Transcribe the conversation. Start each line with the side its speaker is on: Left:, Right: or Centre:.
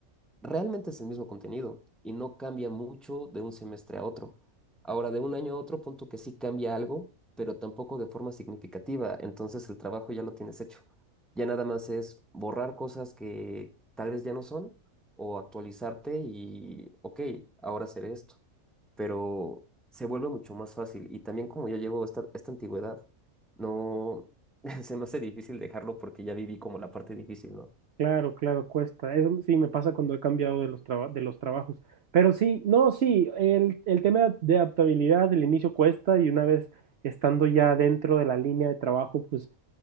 Centre: Realmente es el mismo contenido y no cambia mucho de un semestre a otro. Ahora, de un año a otro, punto que sí cambia algo, pero tampoco de forma significativa. Entonces el trabajo ya lo tienes hecho. Ya nada más es borrar cosas que tal vez ya no son o actualizarte y, ok, ahora seré esto. Pero se vuelve mucho más fácil y también como yo llevo esta, esta antigüedad, no <laughs> se me hace difícil dejarlo porque ya viví como la parte difícil, ¿no?
Right: Claro, claro, cuesta. Eso sí me pasa cuando he cambiado de los traba- de los trabajos. Pero sí, no, sí, el, el tema de adaptabilidad del inicio cuesta y una vez estando ya dentro de la línea de trabajo, pues